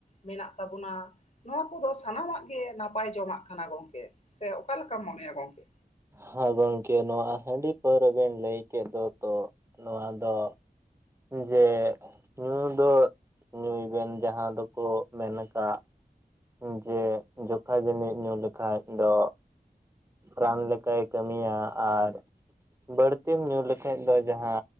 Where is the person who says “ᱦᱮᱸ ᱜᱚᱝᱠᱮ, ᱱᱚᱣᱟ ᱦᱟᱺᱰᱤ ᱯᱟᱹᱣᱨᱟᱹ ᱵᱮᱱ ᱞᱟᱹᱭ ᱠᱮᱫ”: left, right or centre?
Right